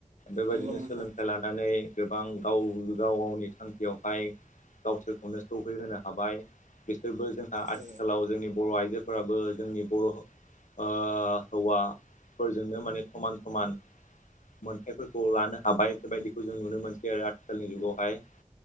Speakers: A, on the left (about 80°); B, on the right (about 70°).
A: बेबायदिनो
B: नंगौ नोंथां
A: सोलों थि लानानै गोबां गाव गाव गावनि थांखियावहाय गावसोरखौनो सटौहैहोनो हाबाय बिसोरबो जोंहा आथिखालाव
B: औ
A: जोंनि बर' आइजोफोराबो जोंनि बर' ओ हौवाफोरजोंनो माने समान समान मोनथायफोरखौ लानो हाबाय बेबायदिखौ जों नुनो मोनसै आरो आथिखालनि जुगावहाय।